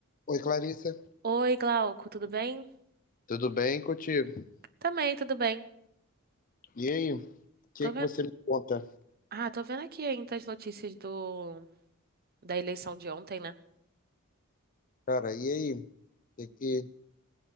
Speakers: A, on the left; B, on the right.
A: Oi, Clarissa.
B: Oi, Glauco, tudo bem?
A: Tudo bem contigo?
B: Também, tudo bem.
A: E aí, o que
B: Tô vendo...
A: que você me conta?
B: Ah, tô vendo aqui ainda as notícias do... da eleição de ontem, né?
A: Cara, e aí? O que que, o